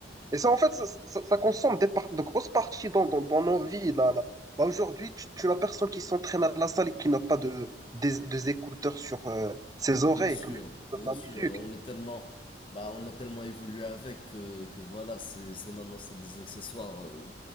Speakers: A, on the right; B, on the left.
A: Et ça, en fait, ça, ça- ça consomme des par- de grosses parties dans, dans, dans nos vies. Là, là. Là, aujourd'hui, tu, tu n'as personne qui s'entraîne à la salle et qui n'a pas de, des, des écouteurs sur euh, ses
B: Bien
A: oreilles,
B: sûr,
A: comme écoute de
B: bien
A: la
B: sûr,
A: musique.
B: on est tellement, bah, on a tellement évolué avec que, que voilà, c'est, c'est maintenant c'est des accessoires euh,